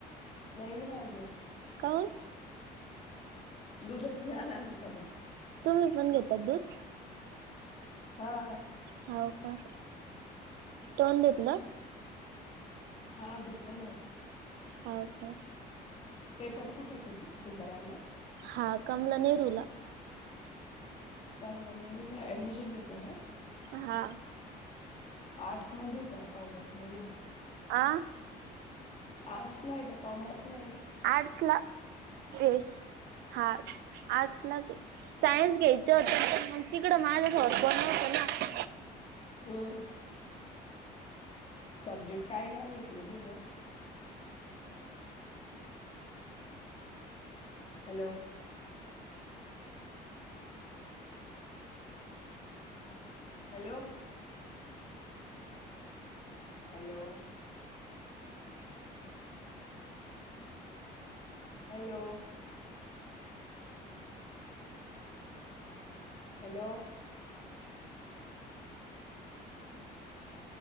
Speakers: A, on the left; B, on the right.
A: नाही न आजुक.
B: कौण?
A: दुधच नाही आलं आमचं पण.
B: तुम्ही पण घेतात दूध?
A: हा.
B: हाव का, तोंड धुतलं?
A: हा, धुतला ना.
B: हाव का?
A: पेपर कुठे, खुत्ल खुलताबादला?
B: हा, कमला नेहरूला.
A: कमला नेहरूला ऍडमिशन घेतलंय का?
B: हा.
A: आर्टस मधी का, कॉमर्स मधी?
B: आं?
A: आर्ट्सला आहे का कॉमर्सला आहे?
B: आर्ट्सला हे हा, आर्ट्सला चे. सायन्स घेयचं होतं, पण मग तिकडं माझ्या सोबत कोण नव्हतं ना.
A: हम्म. सब्जेक्ट काय काय घेतलेले गं? Hello. Hello. Hello. Hello. Hello. ह